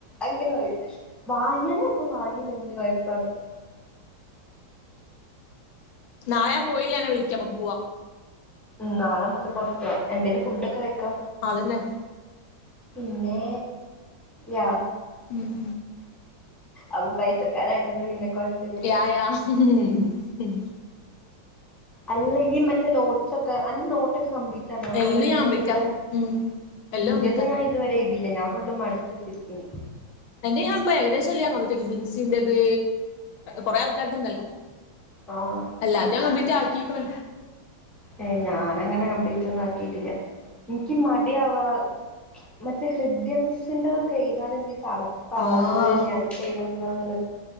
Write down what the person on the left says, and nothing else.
നാളെ ഞാൻ പോയില്ലനെ വിളിക്കാം നമക്ക് പോവാ
അതന്നെ
ഉം
യാ യാ ഹും
എല്ലാം
ഞാൻ കംപ്ലീറ്റാ ഉം എല്ലാം
കംപ്ലീറ്റാ
എന്റെ ഞാൻ ഇപ്പൊ ഏകദേശെല്ലാം കംപ്ലീറ്റ് ആക്കിട്ടിണ്ട് ബിൻസിന്റത് കൊറേ ആൾക്കാരത് ഇണ്ടല്ലോ
അല്ല അത്ഞാൻ കംപ്ലീറ്റ് റ്റാകീക്ക്ണ്
ആഹ്